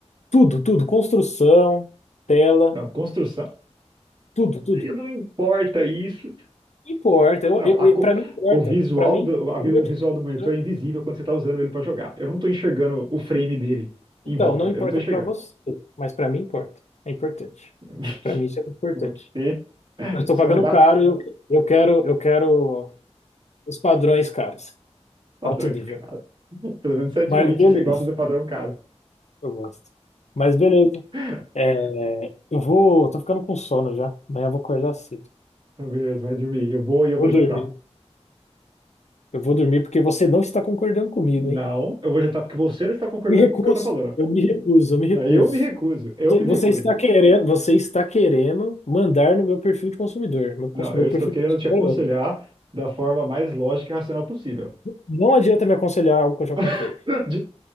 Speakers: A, on the left (about 75°); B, on the right (about 45°).
A: Tudo, tudo. Construção, tela,
B: Não, construção.
A: tudo, tudo.
B: E Não importa isso.
A: Não importa. Eu,
B: Não,
A: eu,
B: a
A: eu-
B: co-
A: pra mim importa.
B: o visual
A: Pra mim,
B: do, a vi-
A: o meu
B: o visual
A: tipo de computador-
B: do monitor é invisível quando você está usando ele para jogar. Eu não estou enxergando o frame dele em
A: Então,
B: volta.
A: não
B: Eu
A: importa
B: não estou enxergando.
A: pra você, mas pra mim importa. É importante.
B: <laughs>
A: Pra mim isso é importante.
B: Você,
A: Eu estou
B: você
A: pagando
B: é um gato.
A: caro e eu, eu quero, eu quero os padrões caros.
B: Patrões,
A: alto nível.
B: cara. Pelo menos você admite
A: Mas beleza,
B: que você gosta do padrão caro.
A: eu gosto. Mas beleza.
B: <laughs>
A: É, eu vou. Tô ficando com sono já. Amanhã eu vou acordar cedo.
B: Beleza, vai dormir. Eu vou e eu
A: Vou
B: vou
A: dormir.
B: jantar.
A: Eu vou dormir porque você não está concordando comigo,
B: Não,
A: hein?
B: eu vou rejeitar porque você não está concordando
A: Me recuso.
B: com o que eu estou falando.
A: Eu me recuso, eu me recuso.
B: Não, eu me recuso, eu
A: Você
B: me
A: você
B: recuso.
A: está querendo, você está querendo mandar no meu perfil de consumidor. Meu, cons-
B: Não,
A: meu
B: eu estou
A: perfil
B: querendo
A: de
B: te aconselhar
A: consumidor.
B: da forma mais lógica e racional possível.
A: Não adianta me aconselhar algo que eu já
B: <laughs>
A: comprei.
B: Não adi-